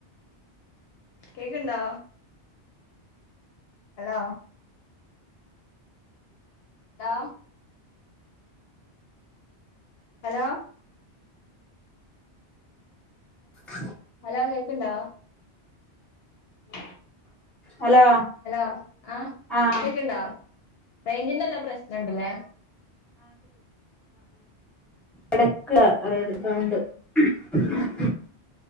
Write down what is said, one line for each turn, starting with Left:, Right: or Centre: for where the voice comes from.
Left: കേക്കണ്ടാ ഹലോ ഹലോ ഹലോ
Centre: <unintelligible>
Left: ഹലോ കേക്കണ്ടോ ഉ
Centre: ഹലോ
Left: ഹലോ ആഹ
Centre: ആഹ്
Left: കേക്കണ്ടോ യിറിിന്റെല്ലാ പ്രശ്നുണ്ടല്ലേ
Centre: എടക്ക ഗൗണ്ട് ഉ